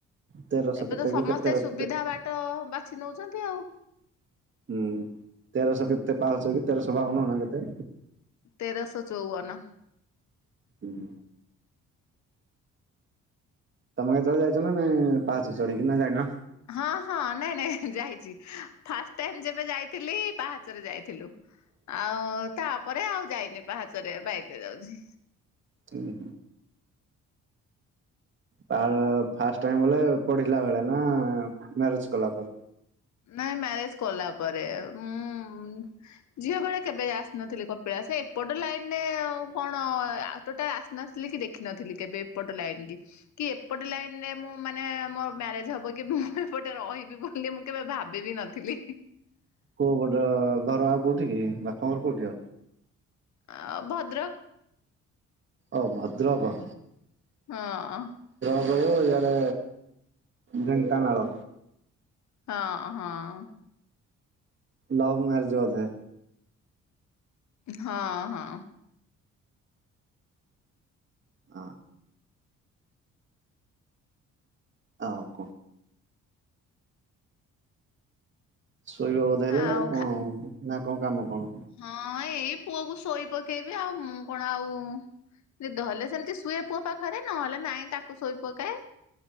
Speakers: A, on the right; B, on the left.
A: ତେରଶହ
B: ଏବେ
A: କେତେ
B: ତ
A: କି
B: ସମସ୍ତେ
A: କେତେ ହୁଁ।
B: ସୁବିଧା ବାଟ ବା ଛି ନୋଉଛନ୍ତି ଆଉ।
A: ହୁଁ ତେରଶ କେତେ ପାହାଚ କି ତେରଶ ବାଉନ ନାଁ କେତେ?
B: ତେରସ ଚୋଉବନ।
A: ହୁଁ। ତମେ କେତୋଳେ ଯାଇଚ ନାଁ ନାଁ ପାହାଚ ଚଢ଼ିକି ନାଁ ଯାଇନ?
B: ହଁ ହଁ ନାଇଁ ନାଇଁ ଯାଇଚି ଫାଷ୍ଟ ଟାଇମ୍ ଯେବେ ଯାଇଥିଲି ପାହାଚରେ ଯାଇଥିଲୁ। ଆଉ ତାପରେ ଆଉ ଯାଇନି ପାହାଚରେ ବାଇକ୍ ରେ ଯାଉଚି।
A: ଉଁ ହୁଁ। ପା ଫାଷ୍ଟ ଟାଇମ୍ ବଲେ ପଢ଼ିଲା ବେଳେ ନାଁ ମ୍ୟାରେଜ୍ କଲା ପ
B: ନାଇଁ ମ୍ୟାରେଜ୍ କଲା ପରେ ମୁଁ ଝିଅ ବେଳେ କେବେ ଆସିନଥିଲି କପିଳାସ ଏପଟ ଲାଇନ୍ ରେ ଉ କଣ ଆ ଟୋଟା ଆସିନଥିଲି କି ଦେଖିନଥି ଲି କେବେ ଏପଟ ଲାଇନ୍ କି କି ଏପଟ ଲାଇନ୍ ରେ ମୁଁ ମାନେ ମୋ ମ୍ୟାରେଜ୍ ହବ କେବେ ମୁଁ ଏପଟେ ର ଅହିବି ବୋଲି ମୁଁ କେବେ ଭାବି ବି ନଥିଲି।
A: କୋଉ ପଟ ଘର ଆଉ କୋଉଠି କି ବାପଘର କୋଉଠି ଆଉ?
B: ଆ ଭଦ୍ରକ୍।
A: ଅ ଭଦ୍ରକ।
B: ହଁ।
A: ଓହୋ ଇଆଡ଼େ ଢ଼େଙ୍କାନାଳ।
B: ହଁ ହଁ।
A: ଲଭ ମ୍ୟାରେଜ୍ ବୋଧେ?
B: ହଁ ହଁ।
A: ହଁ। ଆଉ କଣ ଶୋଇବା ବୋଧ ଅଇଲେ
B: ଆଉ
A: ନା କଣ
B: ଖା
A: ନା କଣ କାମ କଣ?
B: ହଁ ଏଇ ପୁଅକୁ ଶୋଇ ପକେଇବି ଆଉ ମୁଁ କଣ ଆଉ ନିଦ ହେଲେ ସେମିତି ସୁଏ ପୁଅ ପାଖ ଖରେ ନହେଲେ ନାଇଁ ତାକୁ ଶୋଇ ପକାଏ